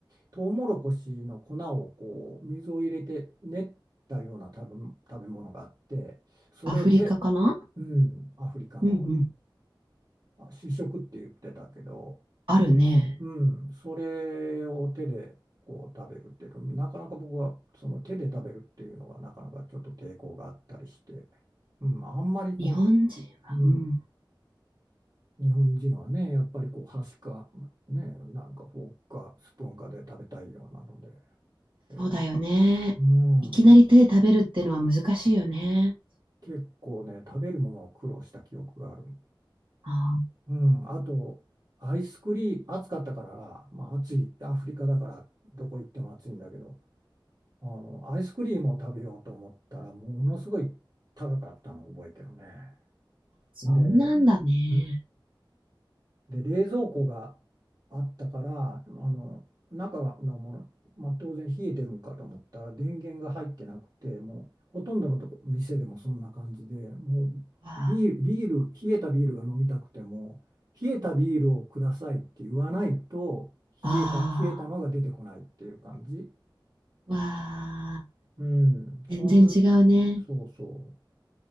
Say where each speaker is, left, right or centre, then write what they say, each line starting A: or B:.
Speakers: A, on the right; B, on the right.
A: トウモロコシの粉をこう水を入れて練ったような食べ、食べ物があってそれを手、
B: アフリカかな
A: うん、アフリカの
B: うんうん。
A: あ、主食って言ってたけど、
B: あるね。
A: うん、それを手でこう食べるっていうのなかなか僕はその手で食べるっていうのがなかなかちょっと抵抗があったりして、うん、あんまりこう、
B: 日本人は、
A: いうん、
B: うん。
A: 日本人はね、やっぱりこう箸か、ね、なんかフォークかスプーンかで食べたいようなので、え
B: そうだよね。
A: ーうん、
B: いきなり手で食べるっていうのは難しいよね。
A: 結構ね、食べるものを苦労した記憶がある。
B: ああ、
A: うん、あと、アイスクリーム、暑かったから、まあ、暑い、アフリカだから、どこ行っても暑いんだけど、あの、アイスクリームを食べようと思ったら、ものすごい高かったのを覚えてるね。
B: そうなんだね。
A: で、うん、で、冷蔵庫があったから、あの、中のもの、まあ、当然冷えてるんかと思ったら、電源が入ってなくて、もうほとんどのとこ、店でもそんな感じで、もうビール、
B: わあ、
A: ビール、冷えたビールが飲みたくても、冷えたビールをくださいって言わないと、
B: あ
A: 冷えた、冷えたのが出てこないっていう感じ。
B: ーわあ、
A: うん、そん、
B: 全然違うね。
A: そうそ